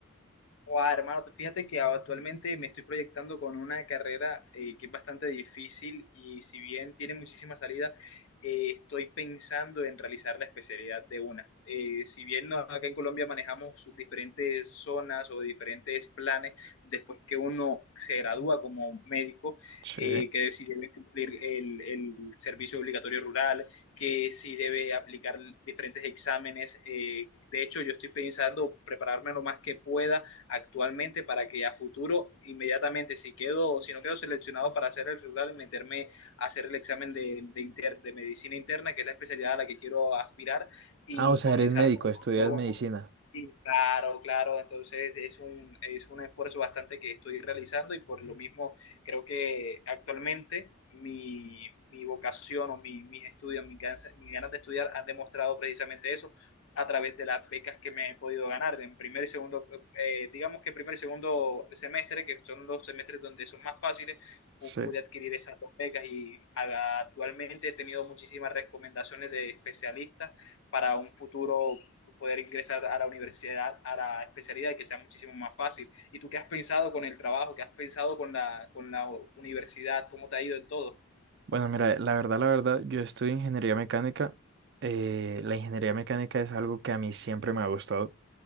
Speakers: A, on the left (about 65°); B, on the right (about 50°).
A: Guau, hermano, tú fíjate que actualmente me estoy proyectando con una carrera eh, que es bastante difícil y si bien tiene muchísima salida, eh, estoy pensando en realizar la especialidad de una. Eh, si bien no- acá en Colombia manejamos sus diferentes zonas o diferentes planes, después que uno se gradúa como médico,
B: Sí,
A: eh, que si debe cumplir el, el servicio obligatorio rural, que si debe aplicar diferentes exámenes. eh, de hecho, yo estoy pensando prepararme lo más que pueda actualmente para que a futuro, inmediatamente, si quedo, si no quedo seleccionado para hacer el regular, meterme a hacer el examen de, de, inter, de medicina interna, que es la especialidad a la que quiero aspirar, y
B: Ah, o sea,
A: comenzar
B: eres médico,
A: con
B: estudias medicina.
A: Sí, claro, claro. Entonces es un, es un esfuerzo bastante que estoy realizando y por lo mismo creo que actualmente mi, mi vocación o mi- mis estudios, mis ganas, mis ganas de estudiar han demostrado precisamente eso a través de las becas que me he podido ganar en primer y segundo, eh, digamos que primer y segundo semestre, que son los semestres donde son más fáciles,
B: sí.
A: pu- pude adquirir esas dos becas y a- actualmente he tenido muchísimas recomendaciones de especialistas para un futuro poder ingresar a la universidad, a la especialidad, que sea muchísimo más fácil. ¿Y tú qué has pensado con el trabajo? ¿Qué has pensado con la, con la universidad? ¿Cómo te ha ido en todo?
B: Bueno, mira, la verdad, la verdad, yo estudio ingeniería mecánica. Eh, la ingeniería mecánica es algo que a mí siempre me ha gustado.